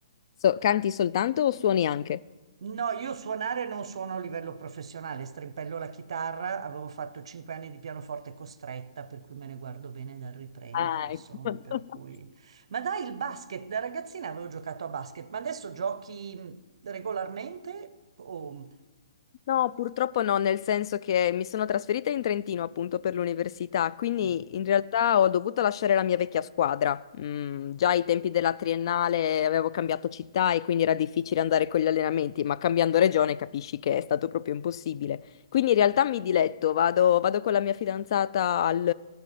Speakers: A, on the left (about 50°); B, on the right (about 65°).
A: so- canti soltanto o suoni anche?
B: No, io suonare non suono a livello professionale, strimpello la chitarra, avevo fatto cinque anni di pianoforte costretta, per cui me ne guardo bene da riprendere,
A: Ah,
B: insomma,
A: ecco.
B: per
A: <laughs>
B: cui... Ma dai, il basket, da ragazzina avevo giocato a basket, ma adesso giochi mm, regolarmente o... mm,
A: No, purtroppo no, nel senso che mi sono trasferita in Trentino appunto per l'università, quindi
B: Ah,
A: in realtà ho dovuto lasciare la mia vecchia squadra. Mm, già ai tempi della triennale avevo cambiato città e quindi era difficile andare con gli allenamenti, ma cambiando regione capisci che è stato proprio impossibile. Quindi in realtà mi diletto, vado, vado con la mia fidanzata al,